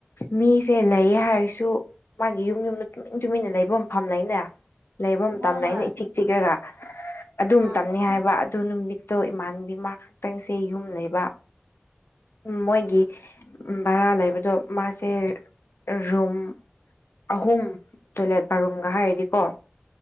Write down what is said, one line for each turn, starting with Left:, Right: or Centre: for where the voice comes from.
Left: ꯃꯤꯖꯦ ꯂꯩ ꯍꯥꯏꯔꯁꯨ ꯃꯥꯒꯤ ꯌꯨꯝ ꯌꯨꯝꯗ ꯇꯨꯃꯤꯟ ꯇꯨꯃꯤꯟꯅ ꯂꯩꯕ ꯃꯐꯝ ꯂꯩꯅꯦ ꯂꯩꯕ ꯃꯇꯝ
Right: ꯍꯣꯏ
Left: ꯂꯩꯅꯦ
Right: ꯍꯣꯏ
Left: ꯏꯆꯤꯛ ꯆꯤꯛꯔꯒ ꯑꯗꯨ ꯃꯇꯝꯅꯤ
Right: ꯑꯥ
Left: ꯍꯥꯏꯕ ꯑꯗꯨ ꯅꯨꯃꯤꯠꯇꯣ ꯏꯃꯥꯟꯕꯤ ꯃꯥ ꯈꯛꯇꯪꯁꯦ ꯌꯨꯝ ꯂꯩꯕ ꯎꯝ ꯃꯣꯏꯒꯤ ꯚꯔꯥ ꯂꯩꯕꯗꯣ ꯃꯥꯁꯦ ꯔꯨꯝ ꯑꯍꯨꯝ ꯇꯣꯏꯂꯦꯠ ꯕꯥꯠꯔꯨꯝꯒ ꯍꯥꯏꯔꯗꯤꯀꯣ